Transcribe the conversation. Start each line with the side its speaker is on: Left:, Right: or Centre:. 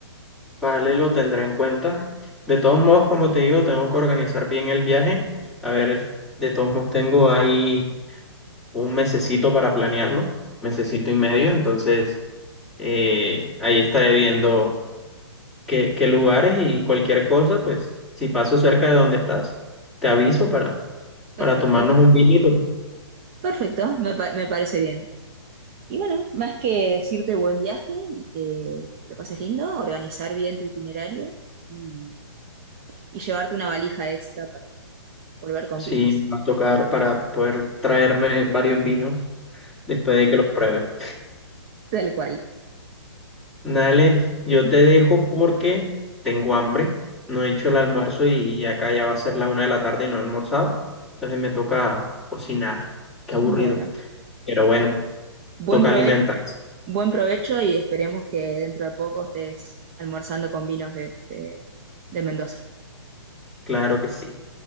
Centre: vale, lo tendré en cuenta. De todos modos, como te digo, tengo que organizar bien el viaje. A ver, de todos modos tengo ahí un mesecito para planearlo, mesecito y medio, entonces eh, ahí estaré viendo. qué, qué lugares y cualquier cosa, pues si paso cerca de donde estás, te aviso para, para
Right: Perfecto,
Centre: tomarnos un vinito.
Right: perfecto, me, pa- me parece bien. Y bueno, más que decirte buen viaje y que, que lo pases lindo, organizar bien tu itinerario y, y llevarte una valija extra para volver con
Centre: Sí,
Right: vinos,
Centre: me va a tocar para poder traerme varios vinos después de que los pruebe.
Right: tal cual.
Centre: <laughs> Dale, yo
Right: Mm,
Centre: te dejo porque tengo hambre, no he hecho el almuerzo y y acá ya va a ser la una de la tarde y no he almorzado, entonces me toca cocinar, qué aburrido,
Right: Bueno,
Centre: pero bueno,
Right: buen
Centre: toca
Right: prove-
Centre: alimentarse,
Right: buen provecho y esperemos que dentro de poco estés almorzando con vinos de, de de Mendoza.
Centre: claro que sí.